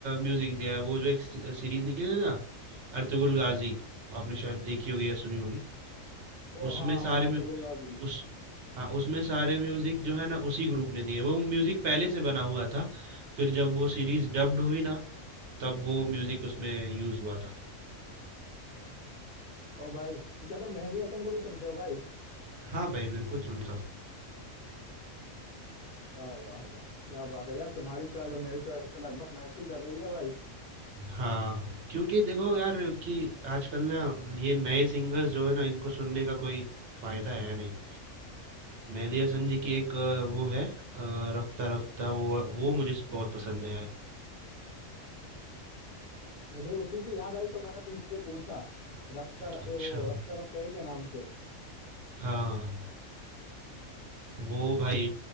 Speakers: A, on the right; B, on the left.
A: म्यूजिक दिया है वो जो एक सीरीज निकली है ना अर्तुगरुल गाजी आपने शायद देखी होगी या सुनी होगी
B: ओ
A: उसमें
B: हाँ
A: सारे
B: हाँ
A: में
B: तुगुल गाजी
A: उस हाँ उसमें सारे म्यूजिक जो है ना उसी ग्रुप ने दिए वो म्यूजिक पहले से बना हुआ था फिर जब वो सीरीज डब्ड हुई ना तब वो म्यूजिक उसमें यूज हुआ था
B: ओ भाई तो क्या तुम मेहंदी हसन को भी सुनते हो भाई
A: हाँ भाई बिल्कुल सुनता हूँ।
B: वाह वाह वाह क्या बात है यार तुम्हारी चॉइस और मेरी चॉइस तो लगभग मैच ही कर रही है भाई
A: हाँ क्योंकि देखो यार कि आजकल ना ये नए सिंगर्स जो है ना इनको सुनने का कोई फायदा है नहीं मेहदी हसन जी की एक अ, वो है अ, रफ्ता रफ्ता वो वो मुझे बहुत पसंद है यार
B: मुझे उसी की याद आई तो मैंने तुमसे पूछा कि रफ्तार
A: अच्छा
B: वो रफ्तार अफजाई के नाम से
A: हाँ वो भाई